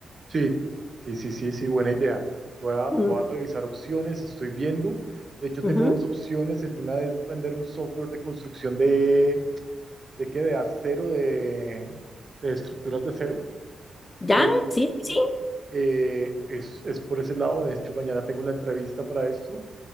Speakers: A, on the right; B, on the left.
A: Sí, sí, sí, sí, sí, buena idea. Voy a,
B: Mm,
A: voy a revisar opciones, estoy viendo. De hecho, tengo
B: ujú.
A: dos opciones. En Una es vender un software de construcción de, ¿de qué? De acero, de, de estructuras de acero.
B: ¿Ya?
A: Y él
B: Sí, sí,
A: y-
B: sí,
A: eh, es, es por ese lado. De hecho, mañana tengo la entrevista para esto.